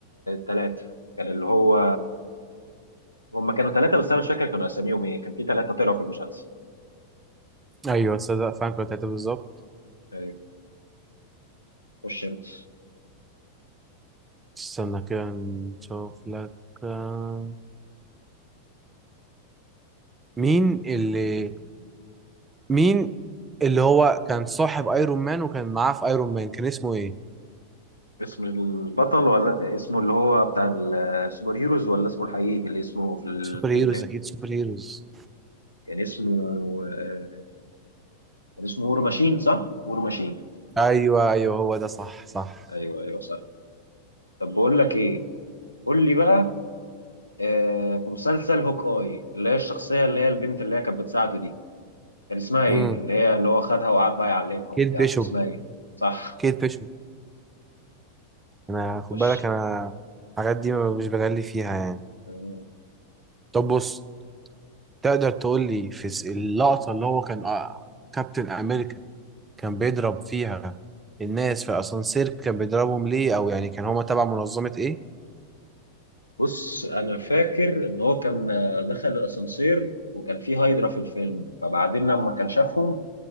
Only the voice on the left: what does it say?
ثلاثه كان اللي هو هم كانوا ثلاثة بس أنا مش فاكر كانوا أساميهم إيه كان في ثلاثة طلعوا في المسلسل
يعني خش أنت
اسم البطل ولا اسمه اللي هو بتاع ال- السوبر هيروز ولا اسمه الحقيقي اللي اسمه في الفيلم
إيه؟
كان اسمه آه، كان اسمه وور ماشين صح؟ وور ماشين
أيوه أيوه صح طب بقول لك إيه قول لي بقى آه، في مسلسل هوك آي اللي هي الشخصية اللي هي البنت اللي هي كانت بتساعده دي كان اسمها إيه؟
اللي هي اللي هو خدها وقعد بقى يعلمها وبتاع
كان اسمها إيه؟ صح
خش
آه.
بص انا فاكر ان هو كان آه، دخل الاسانسير وكان فيه هايدرا في الفيلم فبعدين لما كان شافهم